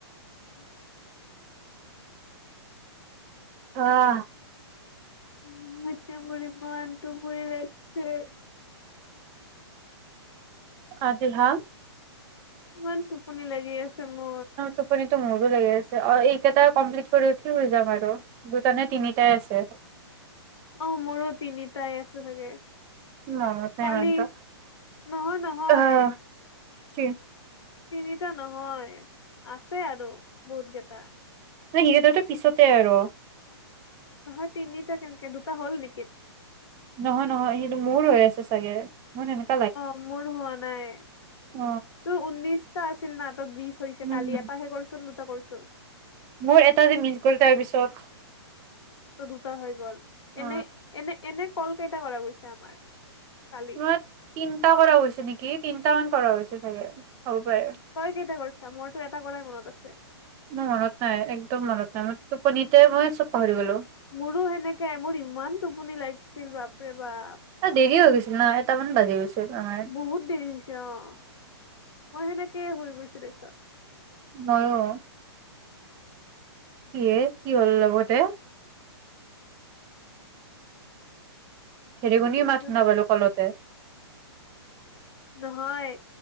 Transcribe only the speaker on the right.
<unintelligible>
<unintelligible>
টোপনিটো মোৰো লাগি আছে। অ'! এইকেইটা কমপ্লিট কৰি উঠি, শুই যাম আৰু। দুটা নে তিনিটাই আছে।
মনত নাই
ইমান এটা
আহ কি?
ন' সিহঁতেতো পিছতে আৰু।
নহয়-নহয়, সেইটো মোৰ হৈ আছে চাগে। মই <unintelligible>
অ
উম
মোৰ এটা যে, মিচ গ'ল তাৰপিছত।
অ
তোমাৰ তিনটা কৰা হৈছে নেকি! তিনটা মান কৰা হৈছে চাগে, হ'ব পাৰে।
মোৰ মনত নাই, একদম মনত নাই। মই টোপনিতে, মই চব পাহৰি গ'লোঁ।
অ'! দেৰি হৈ গৈছিল ন'! এটামান বাজি গৈছিল। আমাৰ
মইয়ো। ইয়ে, কি হ'ল লগতে? সেৰি <unintelligible>
মাত
শুনা পালোঁ, ক'লতে।